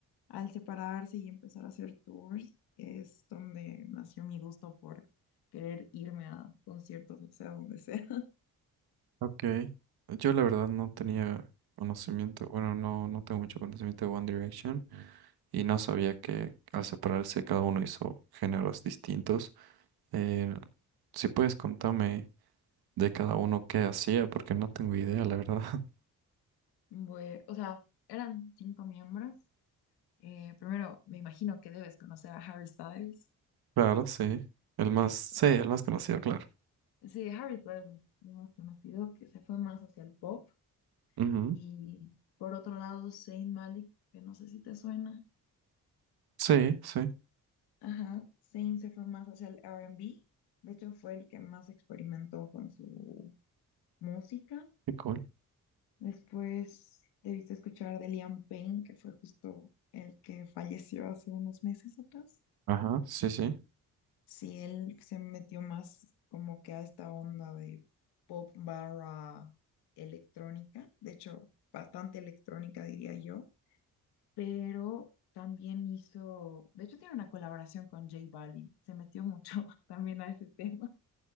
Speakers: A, on the left (about 90°); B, on the right (about 70°).
A: Al separarse y empezar a hacer tours, es donde nació mi gusto por querer irme a conciertos, o sea, donde sea.
B: Ok, yo la verdad no tenía conocimiento, bueno, no, no tengo mucho conocimiento de One Direction y no sabía que al separarse cada uno hizo géneros distintos. Eh, si puedes contarme de cada uno qué hacía, porque no tengo idea, la verdad. <laughs>
A: <laughs> Bue- o sea, eran cinco miembros. Eh, primero, me imagino que debes conocer a Harry Styles.
B: Claro, sí, el más,
A: Extra.
B: sí, el más conocido, claro.
A: Sí, Harry Styles es lo más conocido, que se fue más hacia el pop.
B: Ujú,
A: Y por otro lado, Zayn Malik, que no sé si te suena.
B: Sí, sí,
A: Ajá, Zayn se fue más hacia el R&B. De hecho, fue el que más experimentó con su música.
B: qué cool.
A: Después debiste escuchar de Liam Payne, que fue justo el que falleció hace unos meses atrás.
B: Ajá, sí, sí.
A: Sí, él se metió más como que a esta onda de pop barra electrónica, de hecho, bastante electrónica diría yo, pero también hizo, de hecho tiene una colaboración con J Balvin, se metió mucho <laughs> también a ese tema.